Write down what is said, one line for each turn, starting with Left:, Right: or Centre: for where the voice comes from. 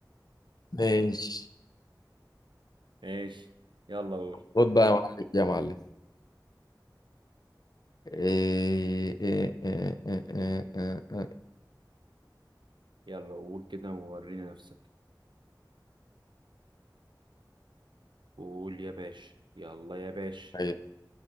Left: ماشي
Right: <laughs> ماشي يلا قول
Left: خد بقى يا معلم يا معلم إيه إيه إيه إيه إيه إيه
Right: يلا قول كده وورينا نفسك قول يا باشا يلا يا باشا
Left: إيه.